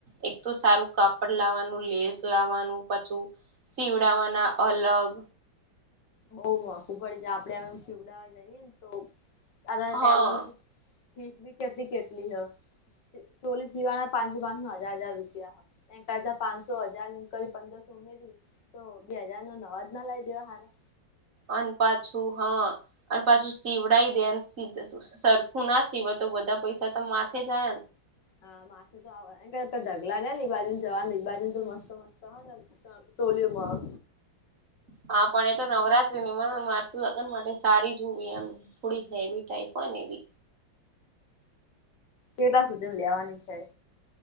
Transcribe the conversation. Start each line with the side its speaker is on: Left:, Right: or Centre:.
Right: એક તો સારું કપડ લાવવાનું લેઝ લાવવાનું પછું. સીવડાવાના અલગ
Left: બહ મોકું પડે છે આપડે આમમીવડાાવવા જઈએ ને તોટે
Right: હા
Left: ફીસ ભી કેટલી કેટલી હ ચોલીસીવાના પાંચસો પાંચસ નો હજાર હજાર રૂપિયા એકાતા પાંચસો હજાર ક પંદરસો ઉમેરી તો બે હાજાર નો નવાજ ના લઈ દેવા સારા
Right: અને પાછું હા અને પાછું સીવડી દે અને સીધ. સરખું ના સિવાય તો બધા પૈસા તો માથે આયા
Left: હા માથે તો આવેમે ઢગલા ને નેઈ બાજુને જવા ને ઈ બાજુ તો મસ્ત મસ્ત હોય ને તોલ્યમાં
Right: હા પણ એ તો નવરાત્રી ની મને મારતું લગ્ન માટે સારી જોવી એમ થોડી હેવી ટાઈઇપ હો ને એવી
Left: કેેલા સુધી લેવાની છે.